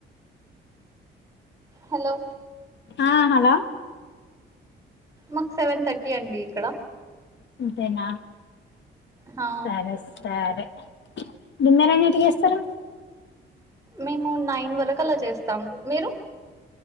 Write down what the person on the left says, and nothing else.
ఆ హలో
ఇంతేన
సరే సరే డిన్నర్ ఎన్నిటికీ చేస్తారు